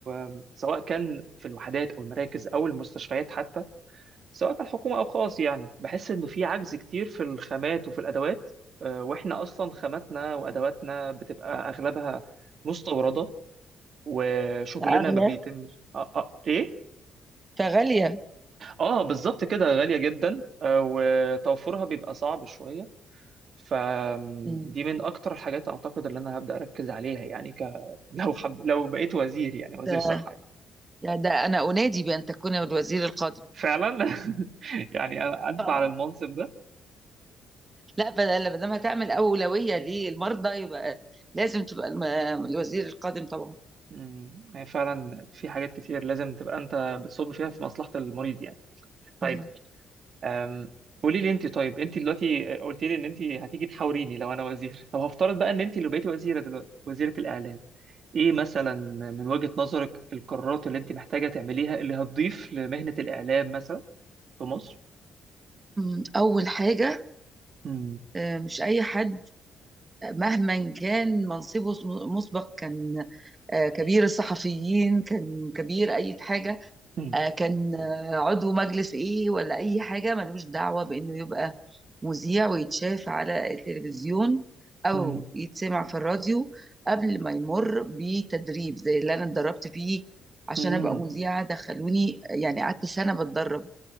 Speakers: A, on the right (about 55°); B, on the right (about 25°).
A: آم، سواء كان في الوحدات او المراكز او المستشفيات حتى سواء كان حكومه او خاص يعني بحس انه في عجز كتير في الخامات وفي الادوات آه، واحنا اصلا خاماتنا وادواتنا بتبقى اغلبها مستورده وشغلنا
B: أغلى
A: ما بيتمش آه آه ايه
B: فغالية
A: اه بالظبط كده غاليه جدا آه، وتوفرها بيبقى صعب شويه فدي
B: مم.
A: من اكتر الحاجات اعتقد اللي انا هبدا اركز عليها يعني ك... لو حب... لو بقيت وزير يعني وزير
B: ده
A: صحه يعني.
B: ده ده أنا أنادي بأن تكون الوزير القادم
A: فعلا <laughs> يعني أنا أنت
B: آه.
A: على المنصب ده
B: لا بدل ما دام هتعمل أولوية للمرضى يبقى لازم تبقى الم- آه، الوزير القادم طبعا
A: مم. هي فعلا في حاجات كتير لازم تبقى أنت بتصب فيها في مصلحة المريض يعني طيب
B: مم.
A: أم، قولي لي أنت طيب أنت دلوقتي قلت لي إن أنت هتيجي تحاوريني لو أنا وزير طب هفترض بقى إن أنت اللي بقيتي وزيرة دلوقتي وزيرة الإعلام إيه مثلا من وجهة نظرك القرارات اللي أنت محتاجة تعمليها اللي هتضيف لمهنة الإعلام مثلا في مصر؟
B: مم. أول حاجة
A: مم.
B: آه، مش أي حد مهما كان منصبه مسبق كان آه، كبير الصحفيين كان كبير أي حاجة
A: مم.
B: آه، كان آه، عضو مجلس إيه ولا أي حاجة ملوش دعوة بإنه يبقى مذيع ويتشاف على التلفزيون أو
A: مم.
B: يتسمع في الراديو قبل ما يمر بتدريب زي اللي أنا اتدربت فيه عشان
A: مم.
B: أبقى مذيعة دخلوني يعني قعدت سنة بتدرب